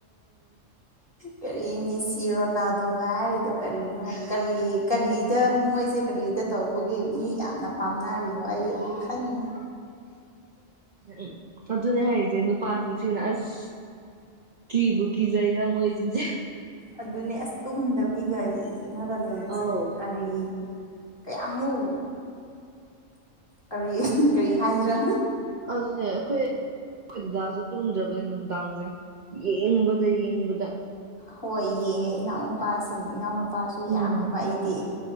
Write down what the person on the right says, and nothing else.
ꯎꯝ ꯑꯗꯨꯅꯦ ꯍꯥꯏꯔꯤꯁꯦ ꯅꯨꯄꯥꯁꯤꯡꯁꯤꯅ ꯑꯁ ꯀꯤꯕꯨꯀꯤ ꯖꯩꯗ ꯃꫭꯏ ꯁꯤꯡꯁꯦ
ꯑꯧ
ꯑꯗꯨꯅꯦ ꯑꯩꯈꯣꯏ ꯑꯩꯈꯣꯏꯗꯥꯁꯨ ꯇꯨꯝꯗ꯭ꯔꯕꯅꯦ ꯅꯨꯡꯗꯥꯡꯁꯦ ꯌꯦꯡꯕꯗ ꯌꯦꯡꯕꯗ
ꯎꯝ